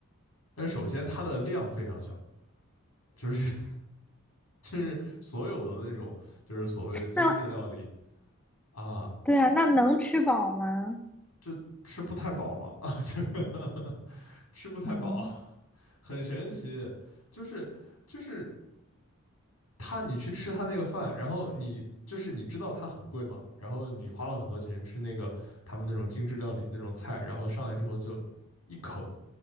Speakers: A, on the left; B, in the centre.
A: 但首先它的量非常小，就是 <laughs> 就是所有的那种就是所谓的精致料理
B: 那
A: 啊，
B: 对啊，那能吃饱吗？
A: 就吃不太饱嘛，<laughs> 啊，就 <laughs> 吃不太饱，
B: 嗯，
A: 很神奇，就是就是。他你去吃他那个饭，然后你就是你知道它很贵嘛，然后你花了很多钱吃那个他们那种精致料理那种菜，然后上来之后就一口，